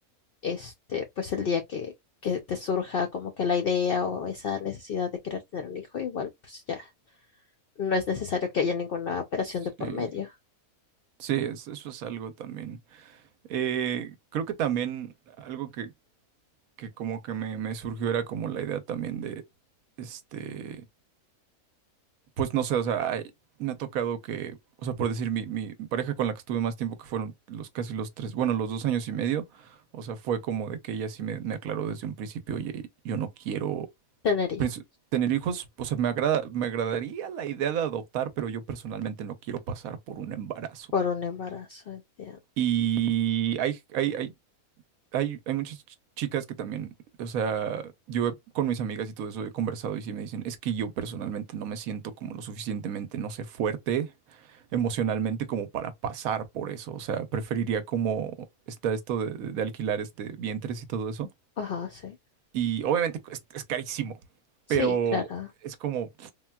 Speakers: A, on the left; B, on the right.
A: este, pues el día que que te surja como que la idea o esa necesidad de querer tener un hijo, igual pues ya no es necesario que haya ninguna operación
B: Sí,
A: de por medio
B: sí, es- eso es algo también. Eh, creo que también algo que, que como que me, me surgió era como la idea también de, este... Pues no sé, o sea, ay, me ha tocado que, o sea, por decir, mi, mi pareja con la que estuve más tiempo, que fueron los casi los tres, bueno, los dos años y medio, o sea, fue como de que ella sí me, me aclaró desde un principio, oye, yo no quiero
A: tener hijos.
B: pues, tener hijos, o sea, me agrada, me agradaría la idea de adoptar, pero yo personalmente no quiero pasar por un embarazo.
A: Por un embarazo, entiendo.
B: Y hay, hay, hay hay, hay muchas ch- chicas que también, o sea, yo he- con mis amigas y todo eso he conversado y sí me dicen, es que yo personalmente no me siento como lo suficientemente, no sé, fuerte emocionalmente como para pasar por eso. O sea, preferiría como está esto de, de- de alquilar este vientres y todo eso.
A: Ajá, sí.
B: Y obviamente es, es carísimo,
A: Sí,
B: pero
A: claro.
B: es como,